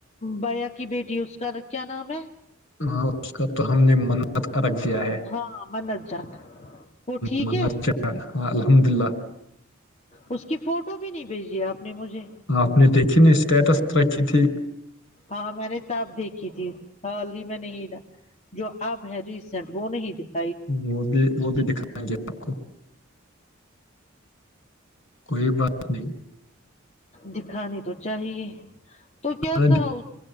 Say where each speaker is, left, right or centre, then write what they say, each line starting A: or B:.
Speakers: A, on the left (about 35°); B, on the left (about 65°).
A: بیا کی بیٹی اس کا کیا نام ہے
B: ہاں اس کا تو ہم نے منعت ارکھ دیا ہے
A: ہاں منت جات وہ ٹھیک
B: منت
A: ہے
B: ہاں الحمد للہ
A: اس کی فوٹو بھی نہیں بھیجی ہے آپ نے مجھے
B: آپ نے دیکھی نہیں اسٹیٹس رکھی تھی
A: ہاں میں نے تب دیکھی تھی ہال ہی میں نہیں تھا جو اب ہے ریسینٹ وہ نہیں دکھتا
B: وہ بھی وہ بھی دکھا گے آپ کو کوئی بات نہیں
A: دکھانی تو چاہیے تو کیا
B: آج
A: کہا اس